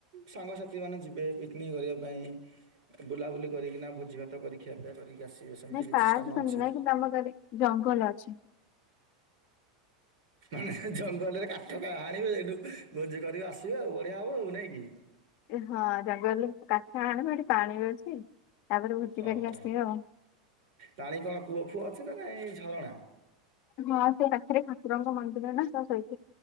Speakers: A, on the right; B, on the left.
A: ସାଙ୍ଗସାଥି ମାନେ ଯିବେ ପିକନିକ କରିବା ପାଇଁ ବୁଲାବୁଲି କରିକି ନା ଭୋଜି ଭାତ କରି ଖିଆ ପିଆ କରିକି ଆସିବେ ସେମିତି
B: ନାଇଁ
A: କିଛି
B: ପାର୍କ
A: ସ୍ଥାନ
B: ସେମିତି
A: ଅଛି?
B: ନାହିଁ କିନ୍ତୁ ଆମ ଗାଁରେ ଜଙ୍ଗଲ ଅଛି।
A: ମାନେ ଜ ଗଲେ କାଠ ହାଣିବେ ସେଇଠୁ ଭୋଜି କରିକି ଆସିବେ ଆଉ ବଢିଆ ହବ ଆଉ ନାଇଁ କି?
B: ହଁ ଜଙ୍ଗଲରେ କାଠ ଆଣିବା ଏଠି ପାଣି ବି ଅଛି। ତାପରେ ଭୋଜି କରିକି
A: ଓହୋ
B: ଆସିବେ ଆଉ।
A: ପାଣି କଣ କୂଅ ଫୁଅ ଅଛି ନା ନାଇଁ ଝରଣା?
B: ହଁ ସେ ରାତିରେ ଠାକୁରଙ୍କ ମନ୍ଦିର ନା ତା ସହିତ।